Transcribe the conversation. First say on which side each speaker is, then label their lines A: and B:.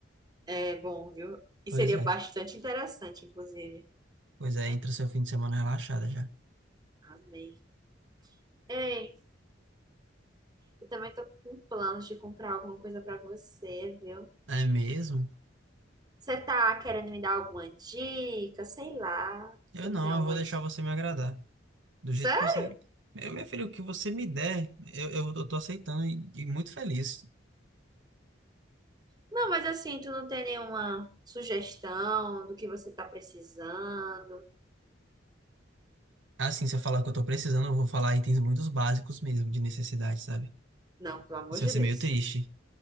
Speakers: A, on the right; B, on the right.
A: É bom, viu? E
B: Pois
A: seria
B: é.
A: bastante interessante, inclusive.
B: Pois é, entra seu fim de semana relaxada já.
A: Amei. Ei, eu também tô com planos de comprar alguma coisa pra você, viu?
B: É mesmo?
A: Você tá querendo me dar alguma dica? Sei lá. Você
B: Eu
A: não
B: não,
A: tem alguma
B: eu vou deixar
A: dica?
B: você me agradar. Do
A: Sério?
B: jeito que você. Meu, minha filha, o que você me der, eu, eu, eu tô aceitando e, e muito feliz.
A: Não, mas assim, tu não tem nenhuma sugestão do que você tá precisando?
B: Assim, se eu falar o que eu tô precisando, eu vou falar itens muito básicos mesmo, de necessidade, sabe?
A: Não, pelo amor
B: Isso
A: de
B: vai ser
A: Deus.
B: meio triste.